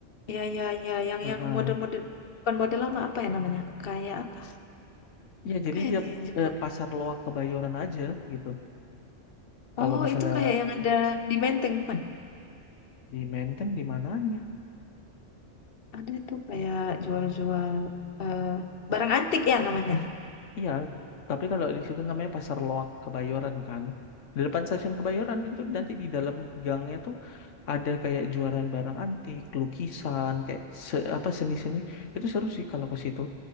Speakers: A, on the left (about 55°); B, on the left (about 80°).
A: ya ya ya, yang
B: Heeh.
A: yang model-model bukan model lama apa ya namanya? Kayak apa?
B: Iya, jadi
A: Apa ya
B: dia
A: dia yang disebut?
B: ke pasar loak Kebayoran aja gitu. Kalau
A: Oh,
B: misalnya
A: itu kayak yang ada di Menteng bukan?
B: di Menteng di mananya?
A: Ada itu kayak jual-jual eh, barang antik ya namanya.
B: Iya, tapi kalau di situ namanya pasar loak Kebayoran kan. Di depan stasiun Kebayoran
A: Hmm.
B: itu nanti di dalam gangnya tuh ada kayak jualan barang antik, lukisan, kayak se- apa seni-seni. Itu seru sih kalau ke situ.